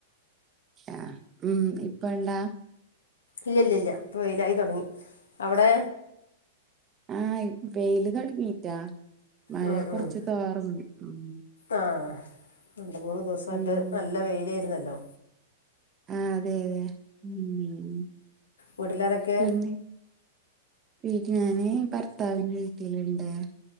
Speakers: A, on the right; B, on the left.
A: അ ഉം ഇപ്പ ണ്ടാ
B: ഇല്ല ഇല്ല ഇല്ല ഇപ്പൊ വെയിലായി തുടങ്ങി അവിടെ
A: ആഹ് വെയില് തുടങ്ങിയിട്ട്. മഴ
B: ഉം
A: കൊറച്ച്
B: ഉം
A: തോർന്ന് ഉം.
B: ആഹ് രണ്ട് മൂന്ന് ദിവസായിട്ട്
A: ഉം
B: നല്ല വെയില് ആയിരുന്നല്ലോ.
A: ആഹ് അതെ അതെ ഉം
B: വീട്ടിലാരൊക്കെ
A: പിന്നെ. പിന്നെ ഞാന് ഭർത്താവിന്റെ വീട്ടിലുണ്ട്.